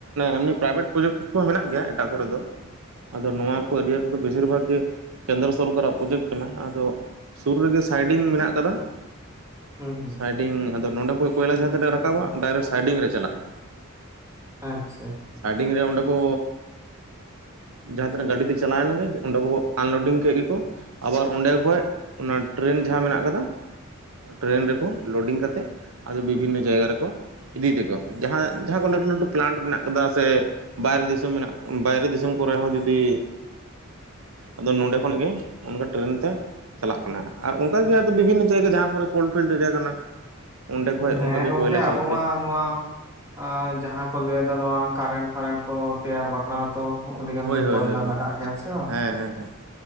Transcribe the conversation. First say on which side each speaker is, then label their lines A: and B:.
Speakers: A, on the right; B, on the right.
A: ᱮᱢᱱᱤ ᱯᱨᱟᱭᱵᱷᱮᱴ ᱯᱨᱚᱡᱮᱠᱴ ᱠᱚᱦᱚᱸ ᱢᱮᱱᱟᱜ ᱜᱮᱭᱟ ᱮᱴᱟᱜ ᱠᱚᱨᱮ ᱫᱚ, ᱟᱫᱚ ᱱᱚᱣᱟ ᱠᱚ ᱤᱨᱤᱭᱟ ᱫᱚ ᱵᱮᱥᱤᱨ ᱵᱷᱟᱜ ᱜᱮ ᱠᱮᱱᱫᱨᱚ ᱥᱚᱨᱠᱟᱨᱟᱜ ᱯᱨᱚᱡᱮᱠᱴ ᱠᱟᱱᱟ, ᱟᱫᱚ ᱥᱩᱨ ᱨᱮᱜᱮ ᱥᱟᱭᱰᱤᱝ ᱢᱮᱱᱟᱜ ᱠᱟᱫᱟ
B: ᱦᱩᱸ ᱦᱩᱸ
A: ᱥᱟᱭᱰᱤᱝ ᱟᱫᱚ ᱱᱚᱰᱮ ᱠᱚ ᱠᱳᱭᱞᱟ ᱡᱟᱦᱟᱸ ᱛᱱᱟᱹ ᱨᱟᱠᱟᱵᱟ ᱰᱟᱭᱨᱮᱠᱴ ᱥᱟᱭᱰᱤᱝ ᱨᱮ ᱪᱟᱞᱟᱜᱼᱟ᱾
B: ᱟᱪᱪᱷᱟ᱾
A: ᱥᱟᱭᱰᱤᱝ ᱨᱮ ᱚᱸᱰᱮ ᱠᱚ ᱡᱟᱦᱟᱸᱛᱤᱱᱟᱹᱜ ᱜᱟᱹᱰᱤᱛᱮ ᱪᱟᱞᱟᱣᱮᱱ ᱜᱮ ᱚᱸᱰᱮ ᱠᱚ ᱟᱱᱞᱳᱰᱤᱝ ᱠᱮᱫ ᱜᱮᱠᱚ, ᱟᱵᱟᱨ ᱚᱸᱰᱮ ᱠᱷᱚᱡ ᱚᱱᱟ ᱴᱨᱮᱱ ᱡᱟᱦᱟᱸ ᱢᱮᱱᱟᱜ ᱠᱟᱫᱟ, ᱴᱨᱮᱹᱱ ᱨᱮᱠᱚ ᱞᱳᱰᱤᱝ ᱠᱟᱛᱮᱫ ᱟᱫᱚ ᱵᱤᱵᱷᱤᱱᱱᱚ ᱡᱟᱭᱜᱟ ᱨᱮᱠᱚ ᱤᱫᱤᱭ ᱛᱟᱠᱚᱣᱟ, ᱡᱟᱦᱟᱸ ᱡᱟᱦᱟᱸ ᱠᱚ ᱞᱟᱹᱴᱩ ᱞᱟᱹᱴᱩ ᱯᱞᱟᱱᱴ ᱢᱮᱱᱟᱜ ᱠᱟᱫᱟ, ᱥᱮ ᱵᱟᱭᱨᱮ ᱫᱤᱥᱚᱢ ᱢᱮᱱᱟᱜ ᱵᱟᱭᱨᱮ ᱫᱤᱥᱚᱢ ᱠᱚᱨᱮ ᱦᱚᱸ ᱡᱩᱫᱤ ᱟᱫᱚ ᱱᱚᱸᱰᱮ ᱠᱷᱚᱱᱟᱜ ᱜᱮ ᱚᱱᱠᱟ ᱴᱨᱮᱹᱱ ᱛᱮ ᱪᱟᱞᱟᱜ ᱠᱟᱱᱟ, ᱟᱨ ᱚᱱᱠᱟ ᱜᱮ ᱵᱤᱵᱷᱤᱱᱱᱚ ᱡᱟᱭᱜᱟ ᱡᱟᱦᱟᱸ ᱠᱚᱨᱮ ᱠᱳᱞᱰᱯᱷᱤᱞᱰ ᱮᱨᱤᱭᱟ ᱠᱟᱱᱟ, ᱚᱸᱰᱮ ᱠᱷᱚᱡ
B: ᱦᱮᱸ
A: ᱚᱱᱠᱟᱜᱮ
B: ᱜᱚᱢᱠᱮ
A: ᱠᱚᱭᱞᱟ
B: ᱟᱵᱚ
A: ᱪᱟᱞᱟᱜ
B: ᱢᱟ
A: ᱛᱮ
B: ᱱᱚᱣᱟ ᱟᱸ ᱡᱟᱦᱟᱸ ᱠᱚ ᱞᱟᱹᱭ ᱮᱫᱟ ᱱᱚᱣᱟ ᱠᱟᱨᱮᱱᱴ ᱯᱷᱟᱨᱮᱱᱴ ᱠᱚ ᱛᱮᱭᱟᱨ ᱵᱟᱠᱷᱨᱟ ᱛᱚ ᱟᱹᱰᱤ ᱜᱟᱱ
A: ᱦᱳᱭ ᱦᱳᱭ
B: ᱠᱚᱭᱞᱟ
A: ᱦᱳᱭ
B: ᱞᱟᱜᱟᱜ ᱜᱮᱭᱟ ᱥᱮ ᱵᱟᱝ?
A: ᱦᱮᱸ ᱦᱮᱸ ᱦᱮᱸ